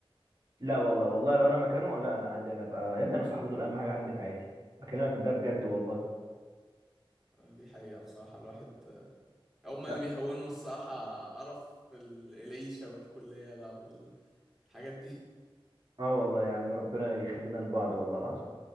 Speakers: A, on the right (about 50°); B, in the centre.
A: لا والله والله لو انا مكانه لا انا عادي انا ابقى يا ابني انا صحابي دول اهم حاجه عندي في حياتي بكلمك ده بجد والله
B: <laughs> آه، دي حقيقة بصراحة الواحد آه، هما
A: ف-
B: اللي بيهونوا الصراحة قرف ال- العيشة والكلية بقى والحاجات دي
A: اه والله يا عم ربنا يخلينا لبعض والله العظيم